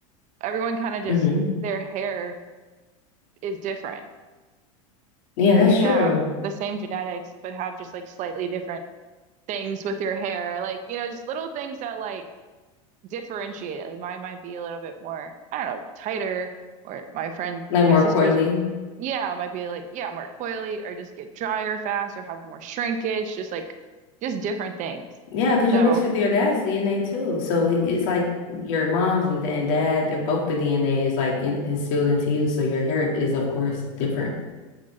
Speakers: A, on the right; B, on the left.
A: everyone kind of just
B: hmm
A: their hair is different
B: Yeah,
A: you know,
B: that's
A: you can
B: true.
A: have the same genetics, but have just like slightly different things with your hair. Like, you know, just little things that like differentiate it. Like mine might be a little bit more, I don't know, tighter, or my friend,
B: Like
A: my
B: more
A: sister's,
B: coily.
A: yeah, might be like, yeah, more coily, or just get drier fast, or have more shrinkage, just like, just different things.
B: Yeah, because
A: So,
B: you're mixed with your dad's DNA too. So it- it's like your mom's and, and dad, they're both the DNA is like in, instilled into you. So your hair is, of course, different.